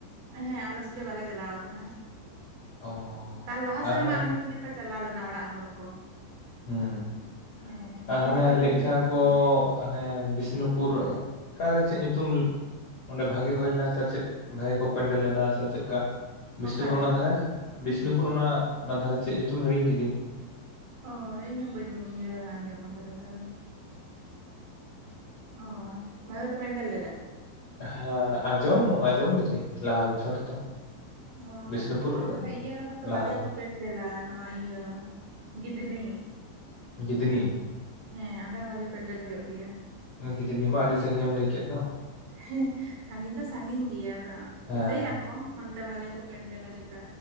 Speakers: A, on the right; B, on the left.
A: ᱦᱮᱸ ᱟᱢᱞᱟᱥᱩᱞᱤ ᱵᱟᱞᱮ ᱪᱟᱞᱟᱣ ᱟᱠᱟᱱᱟ,
B: ᱚ
A: ᱛᱟᱨ ᱞᱟᱦᱟ
B: ᱟᱨ
A: ᱥᱮᱨᱢᱟ
B: ᱦᱟᱱᱮ
A: ᱟᱢᱞᱟᱥᱩᱞᱤ ᱞᱮ ᱪᱟᱞᱟᱣ ᱞᱮᱱᱟ ᱚᱲᱟᱜ ᱦᱚᱲ ᱠᱚ᱾
B: ᱦᱮᱸ,
A: ᱦᱮᱸ
B: ᱟ
A: ᱤᱧ
B: ᱦᱟᱱᱮ
A: ᱫᱚ ᱵᱟᱹᱧ
B: ᱞᱟᱹᱭᱮᱫ ᱛᱟᱦᱮᱸ
A: ᱠᱟᱱᱟ
B: ᱠᱚᱻᱜ
A: ᱩᱱᱫᱚ
B: ᱚᱱᱮ ᱵᱤᱥᱱᱩᱯᱩᱨ ᱟᱻᱠᱟᱨᱮ ᱪᱮᱜ ᱧᱩᱛᱩᱢ ᱚᱸᱰᱮ ᱵᱷᱟᱜᱮ ᱦᱩᱭ ᱞᱮᱱᱟ ᱥᱮ ᱪᱮᱜ ᱵᱷᱟᱹᱜᱤ ᱠᱚ ᱯᱮᱱᱰᱮᱞ ᱞᱮᱫᱟ ᱥᱮ ᱪᱮᱫ ᱞᱮᱠᱟ ᱵᱤᱥᱱᱩᱯᱩᱨ
A: ᱚᱠᱟᱨᱮ
B: ᱚᱱᱟ ᱫᱷᱟᱨᱮ ᱵᱤᱥᱱᱩᱯᱩᱨ ᱚᱱᱟ ᱚᱱᱟ ᱫᱷᱟᱨᱮ ᱪᱮᱫ ᱧᱩᱛᱩᱢ ᱦᱤᱲᱤᱧ ᱠᱤᱫᱟᱹᱧ᱾
A: ᱚ ᱤᱧ ᱦᱚᱸ ᱵᱟᱹᱧ ᱤᱭᱟᱹ ᱟᱸᱡᱚᱢ ᱟᱠᱟᱫᱟ ᱛᱟᱦᱚᱞᱮ᱾ ᱚ ᱵᱷᱟᱜᱮ ᱠᱚ ᱯᱮᱱᱰᱮᱞ ᱞᱮᱫᱟ᱾
B: ᱦᱮᱸ ᱟᱸᱡᱚᱢᱚᱜ ᱟᱸᱡᱚᱢ ᱞᱤᱫᱟᱹᱧ ᱞᱟᱦᱟ ᱵᱚᱪᱷᱚᱨ ᱛᱚ᱾
A: ᱚ
B: ᱵᱤᱥᱱᱩᱯᱩᱨ
A: ᱟᱨ ᱱᱚᱰᱮ ᱤᱭᱟᱹ ᱨᱮᱦᱚᱸ ᱛᱚ
B: ᱞᱟᱦᱟᱨᱮ
A: ᱵᱷᱟᱜᱮ ᱠᱚ ᱯᱮᱱᱰᱮᱞᱟ ᱱᱚᱣᱟ ᱤᱭᱟᱹ ᱜᱤᱫᱽᱱᱤ᱾
B: ᱜᱤᱫᱽᱱᱤ
A: ᱦᱮᱸ ᱚᱸᱰᱮ ᱵᱷᱟᱜᱮ ᱯᱮᱱᱰᱮᱞ ᱦᱳᱭᱳᱜ ᱜᱮᱭᱟ᱾
B: ᱜᱤᱫᱷᱱᱤ ᱢᱟ ᱟᱹᱰᱤ ᱥᱟᱺᱜᱤᱧᱮᱢ ᱞᱟᱹᱭ ᱠᱮᱫ ᱫᱚ᱾
A: ᱦᱮᱸ ᱥᱟᱺᱜᱤᱧ ᱫᱚ ᱥᱟᱺᱜᱤᱧ ᱜᱮᱭᱟ ᱟᱫᱚ
B: ᱦᱮᱸ
A: ᱞᱟᱹᱭᱟᱠᱚ ᱚᱱᱛᱮ ᱵᱷᱟᱜᱮ ᱠᱚ ᱯᱮᱱᱰᱮᱞᱟ ᱪᱮᱛᱟ᱾